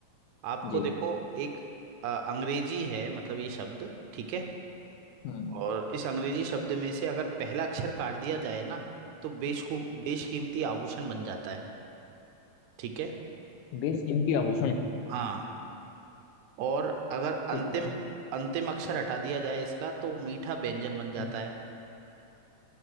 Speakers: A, on the right; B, on the left.
A: आपको
B: जी
A: देखो एक अ, अंग्रेजी है मतलब ये शब्द ठीक है
B: हाँ
A: और इस अंग्रेजी शब्द में से अगर पहला अक्षर काट दिया जाए ना तो बेशकू बेशकीमती आभूषण बन जाता है ठीक है
B: बेशकीमती आभूषण
A: हाँ और अगर अंतिम
B: ठीक है
A: अंतिम अक्षर हटा दिया जाए इसका तो मीठा व्यंजन बन जाता
B: हम्म,
A: है